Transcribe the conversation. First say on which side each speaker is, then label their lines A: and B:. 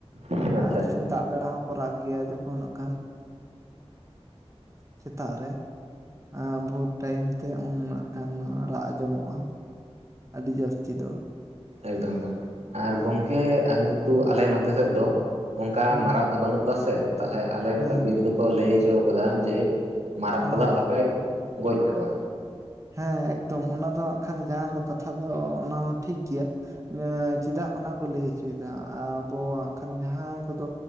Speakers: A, on the right; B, on the right.
A: ᱟᱪᱪᱷᱟ
B: ᱟᱨ
A: ᱟᱪᱪᱷᱟ
B: ᱥᱮᱛᱟᱜ
A: ᱦᱮᱸ
B: ᱵᱮᱲᱟ ᱦᱚᱸ ᱠᱚ ᱨᱟᱜ ᱜᱮᱭᱟ ᱡᱚᱠᱷᱚᱱ ᱱᱟᱜ ᱠᱷᱟᱱ ᱥᱮᱛᱟᱜ ᱨᱮ ᱮᱸ ᱵᱷᱳᱨ ᱴᱟᱭᱤᱢ ᱛᱮ ᱩᱱ ᱱᱟᱜ ᱠᱷᱟᱱ ᱨᱟᱜ ᱟᱸᱡᱚᱢᱚᱜᱼᱟ ᱟᱹᱰᱤ ᱡᱟᱹᱥᱛᱤ ᱫᱚ
A: ᱮᱠᱫᱚᱢ ᱮᱠᱫᱚᱢ ᱟᱨ ᱜᱚᱝᱠᱮ <unintelligible> ᱟᱞᱮ ᱱᱚᱛᱮ ᱥᱮᱫ ᱫᱚ ᱚᱝᱠᱟ
B: ᱦᱩᱸ
A: ᱢᱟᱨᱟᱜ ᱫᱚ ᱵᱟᱹᱱᱩᱜ ᱠᱚᱣᱟ ᱥᱮ ᱛᱟᱞᱦᱮ ᱟᱞᱮ ᱱᱚᱛᱮ
B: ᱦᱮᱸ
A: ᱵᱤᱨ ᱫᱚᱠᱚ ᱞᱟᱹᱭ ᱦᱚᱪᱚ ᱟᱠᱟᱫᱟ ᱡᱮ ᱢᱟᱨᱟᱜ
B: ᱦᱮᱸ
A: ᱠᱚᱫᱚ ᱟᱞᱚ ᱯᱮ ᱜᱚᱡ ᱠᱚᱣᱟ
B: ᱦᱮᱸ ᱮᱠᱫᱚᱢ ᱚᱱᱟ ᱫᱚ ᱦᱟᱸᱜ ᱠᱷᱟᱱ ᱡᱟᱦᱟᱸ ᱫᱚ ᱠᱟᱛᱷᱟ ᱫᱚ ᱚᱱᱟ ᱦᱚᱸ ᱴᱷᱤᱠ ᱜᱮᱭᱟ ᱱᱚᱣᱟ ᱪᱮᱫᱟᱜ ᱚᱱᱟ ᱠᱚ ᱞᱟᱹᱭ ᱦᱚᱪᱚᱭᱮᱫᱟ ᱟᱵᱚᱣᱟᱜ ᱠᱷᱟᱱ ᱡᱟᱦᱟᱸᱭ ᱠᱚᱫᱚ